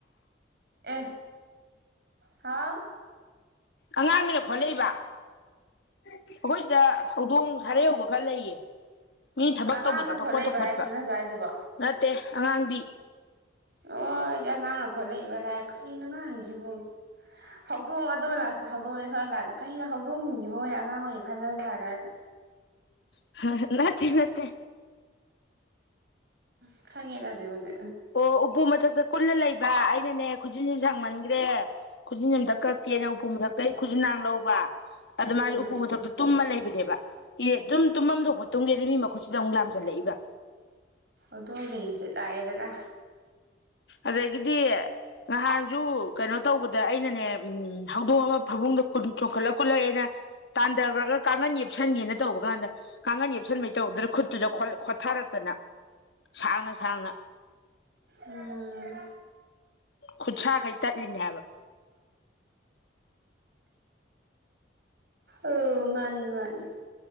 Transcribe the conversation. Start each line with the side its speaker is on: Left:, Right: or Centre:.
Right: ꯑꯦ ꯍꯥꯎ
Left: ꯑꯉꯥꯡꯅꯤꯅ ꯈꯣꯠꯂꯛꯏꯕ ꯑꯩꯈꯣꯏ ꯁꯤꯗ ꯍꯧꯗꯣꯡ ꯍꯔꯦ ꯂꯩꯌꯦ ꯃꯤ ꯊꯕꯛ
Right: ꯑꯉꯥꯡꯅ
Left: ꯇꯧꯕꯗꯕ
Right: ꯈꯣꯠꯂꯛꯏꯕ
Left: ꯈꯣꯠꯄ
Right: ꯍꯥꯏ
Left: ꯈꯣꯠꯄ
Right: ꯅꯠꯇ꯭ꯔꯣ ꯅꯪ ꯆꯥꯏꯗꯨꯕꯣ
Left: ꯅꯠꯇꯦ ꯑꯉꯥꯡꯕꯤ ꯍ
Right: ꯑꯣ ꯑꯩꯗꯤ ꯑꯉꯥꯡꯅ ꯈꯣꯠꯂꯛꯏꯕꯅꯦ ꯀꯅꯤꯅ ꯉꯥꯏ ꯍꯥꯏꯁꯤꯕꯣ ꯍꯧꯗꯣꯡ ꯑꯗꯨꯒ ꯂꯥꯛꯁꯦ ꯍꯧꯗꯣꯡꯅꯦ ꯈꯪ ꯀꯥꯟꯗ ꯀꯩꯅꯣ ꯍꯧꯗꯣꯡꯁꯤꯡꯁꯤ ꯃꯣꯏ ꯑꯉꯥꯡꯍꯩ ꯈꯜꯂꯖꯥꯔꯅ
Left: ꯑ ꯅꯅꯥꯠꯇꯦ ꯅꯠꯇꯦ
Right: ꯎ ꯈꯪꯉꯦ ꯇꯖꯦꯒꯣꯟꯦ
Left: ꯑꯣ ꯎꯕꯨ ꯃꯊꯛ ꯀꯨꯜꯂ ꯂꯩꯕ ꯑꯩꯅꯅꯦ ꯈꯨꯖꯤꯟꯁꯦ ꯁꯥꯡꯃꯟꯈ꯭ꯔꯦ ꯈꯨꯖꯤꯟ ꯑꯝꯇ ꯀꯛꯀꯦꯅ ꯎꯄꯨ ꯃꯊꯛꯇ ꯑꯩ ꯈꯨꯖꯤꯟꯅꯥꯥꯡ ꯂꯧꯕ ꯑꯗ
Right: ꯎꯝ
Left: ꯃꯥꯒꯤ ꯎꯄꯨ ꯃꯊꯛꯇ ꯇꯨꯝꯃ ꯂꯩꯕꯅꯤ ꯕ ꯏ ꯑꯗꯨꯝ ꯇꯨꯝꯃꯝ ꯊꯣꯛꯄ ꯇꯨꯝꯒꯦ ꯑꯗꯨ ꯃꯤ ꯃꯈꯨꯠꯁꯤꯗ ꯑꯃꯨꯛ ꯂꯥꯝꯁꯤꯜꯂꯛꯏꯕ
Right: ꯑꯗ ꯜꯂꯤ ꯆꯦꯂꯑꯗꯅ
Left: ꯑꯗꯒꯤꯗꯤ ꯅꯍꯥꯟꯁꯨ ꯀꯩꯅꯣ ꯇꯧꯕꯗ ꯑꯩꯅꯅꯦ ꯎꯝ ꯍꯧꯗꯣꯡ ꯑꯃ ꯐꯃꯨꯡꯗ ꯆꯣꯡꯈꯠꯂ ꯀꯨꯠꯂ ꯑꯩꯅ ꯇꯥꯟꯊꯈ꯭ꯔꯒ ꯀꯥꯡꯒꯟ ꯌꯦꯦꯞꯁꯟꯒꯦꯅ ꯇꯧꯕ ꯀꯥꯟꯗ ꯀꯥꯡꯒꯟ ꯌꯦꯞꯁꯟꯕꯩ ꯇꯧꯗ꯭ꯔ ꯈꯨꯠꯇꯨꯗ ꯈꯣꯠꯊꯥꯔꯛꯇꯅ ꯁꯥꯡꯅ ꯁꯥꯡꯅ
Right: ꯎꯝ
Left: ꯈꯨꯠꯁꯥꯈꯩ ꯇꯠꯂꯤꯅꯦ ꯍꯥꯏꯕ
Right: ꯑꯣ ꯃꯥꯅꯤ ꯃꯥꯅꯤ